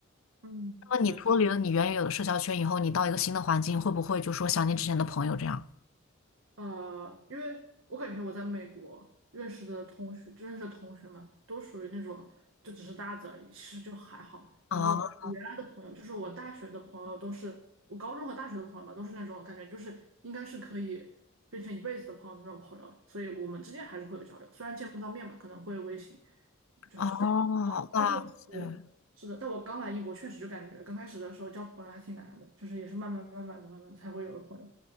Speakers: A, on the right; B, on the left.
A: 嗯，
B: 那么你脱离了你原有的社交圈以后，
A: 是的，是的。
B: 你到一个新的环境，会不会就说想念之前的朋友这样？
A: 呃，因为我感觉我在美国认识的同学，认识的同学们都属于那种就只是搭子而已，其实就还好。
B: 啊
A: 然后我原来的朋友，就是我大学的朋友，都是我高中和大学的朋友吧，都是那种感觉就是应该是可以变成一辈子的朋友的那种朋友，所以我们之间还是会有交流，虽然见不到面嘛，可能会微信，就是这样。
B: 啊，
A: 哇，
B: 哇塞，
A: 但是我是的，但我刚来英国确实就感觉刚开始的时候交朋友还挺难的，就是也是慢慢慢慢的慢慢地才会有了朋友。